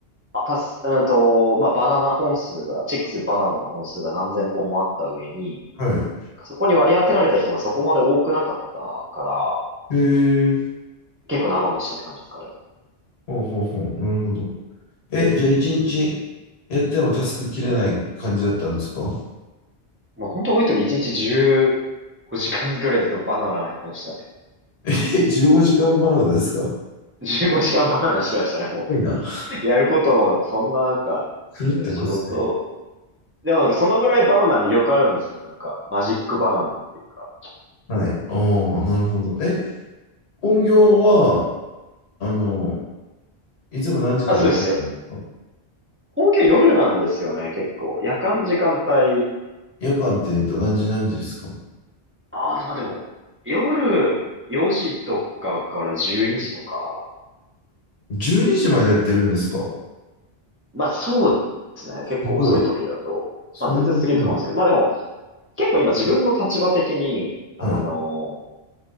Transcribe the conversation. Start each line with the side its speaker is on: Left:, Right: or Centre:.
Right: あ、たす、うんと、まあバナナ本数が、チェックするバナナの本数が何千本もあった上に、
Left: はい。
Right: そこに割り当てられた人がそこまで多くなかったから、
Left: へえ、
Right: 結構長持ちしたって感じですかね。
Left: ほうほうほう。なるほど。え、じゃあ一日やってもタスク切れない感じだったんですか
Right: まあ本当多い時1日15時間ぐらいずっとバナナをやってましたね。
Left: え、15時間バナナですかす
Right: <laughs> 15時間バナナしてましたね、も
Left: ごいな。
Right: う。やることも、そんななんか、
Left: 狂ってますね。
Right: えー仕事、でもなんかそのぐらいバナナ魅力あるんですよ、なんか。マジックバナナっていうか。
Left: はい。ああ、なるほど。え、本業は、あの、いつも何時から何時なんですか
Right: あ、そうですよ。本気は夜なんですよね、結構。夜間時間帯。
Left: 夜間って言うと何時何時ですか
Right: ああまあでも、夜4時とかから12時とか。
Left: ?12 時までやってるんですか
Right: まあそうですね、結構遅い時だと。
Left: すごい。そんな遅い。
Right: まあ全然過ぎると思いますけど。まあでも、結構今自分の立場的に、あの
Left: はい。